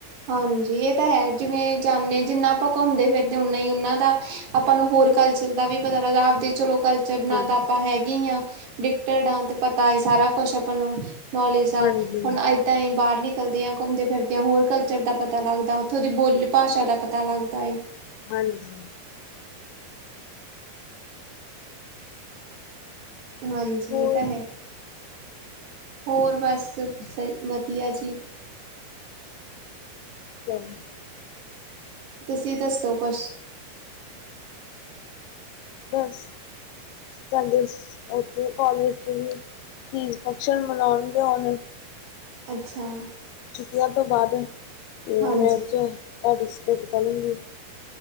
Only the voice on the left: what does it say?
ਹਾਂਜੀ
ਹਾਂਜੀ
ਹਾਂਜੀ।
ਹੋਰ
<inaudible>
ਬੱਸ ਸਾਡੇ, ਉੱਥੇ ਕੋਲਜ 'ਚ ਵੀ ਤੀਜ ਫੰਕਸ਼ਨ ਮਨਾਉਣ ਗੇ ਹੁਣ!
ਛੁੱਟੀਆਂ ਤੋਂ ਬਾਅਦ, ਏ
ਮੈਂ ਏਦੇ ਚ ਪਾਰਟੀਸਪੇਟ ਕਰੂੰਗੀ।